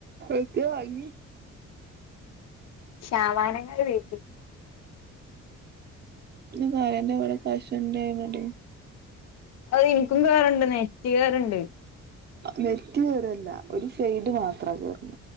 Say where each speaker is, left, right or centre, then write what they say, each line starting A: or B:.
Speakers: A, on the right (about 35°); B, on the left (about 60°).
A: എത്താ വാങ്ങി
B: ചാവാനങ്ങാള് വേതിപ്പിച്ച
A: സറ്റെ കവിടെ കാശന്റെനട
B: അത് എനിക്കും വേറണ്ടന്ന തീരാാറുണ്ട്
A: മ ക കേയറല്ല ഒരു ഫെയ്ഡ് മാർും അത്ര ചേർന്ന